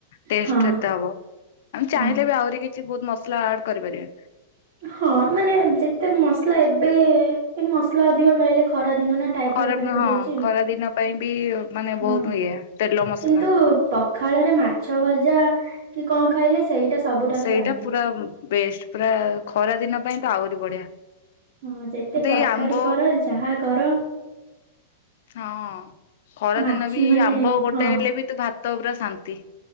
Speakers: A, on the left; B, on the right.
A: ଟେଷ୍ଟରେତ
B: ହଁ
A: ହବ ଆମେ ଚାହିଁଲେ
B: ହଁ।
A: ବି ଆହୁରି କିଛି ବହୁତ ମସଲା ଆଡ଼ କରିପାରିବା।
B: ହଁ ମାନେ ଯେତେ ମସଲା ଏବେ ଏ ମସଲା ଅଧିକ ଖାଇଲେ ଖରା ଦିନ ନା ଟାଇଫଏଡ,
A: ଖରା
B: ଫାଇଫଏଡ
A: ହଁ
B: ହଉଛି
A: ଖରା ଦିନ ପାଇଁ ବି ମାନେ
B: ହଁ
A: ବହୁତ ଇଏ ତେଲ ମସଲା
B: କିନ୍ତୁ ପଖାଳରେ ମାଛ ଭଜା କି କଣ ଖାଇଲେ ସେଇଟା ସବୁଠାରୁ
A: ସେଇଟା
B: ଶାନ୍ତି।
A: ପୁରା ବେଷ୍ଟ ପୁରା ଖରା ଦିନ ପାଇଁ ତ ଆହୁରି ବଢିଆ।
B: ହଁ ଯେତେ
A: ମତେ
B: ତରକାରୀ
A: ଏଇ ଆମ୍ବ
B: କର ଯାହା କର।
A: ହଁ ଖରାଦିନ
B: ମାଛ
A: ବି
B: ମାନେ
A: ଏଇ ଆମ୍ବ ଗୋଟେ
B: ହଁ
A: ହେଲେ ବି ତୁ ଭାତ ପୁରା ଶାନ୍ତି।